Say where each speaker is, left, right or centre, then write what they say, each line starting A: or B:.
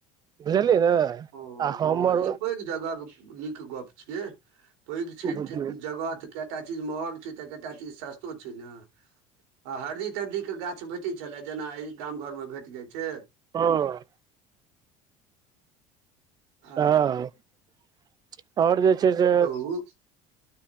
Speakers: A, on the right; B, on the right.
A: बुझलियै ने?
B: हॅं-हँ
A: आ हमर
B: ई पैघ जगहक नीक गप छियै, पैघ छैठ
A: बुझियौ
B: जगह तऽ कैऽ टा चीज महग छै तऽ कैऽ टा चीज सस्तो छै न? आ हरदी-तरदी के गाछ भेटै छलए जेना एहि गाम घर में भेट जाइ छै?
A: हां।
B: आ
A: हां और जे छै से
B: ऊ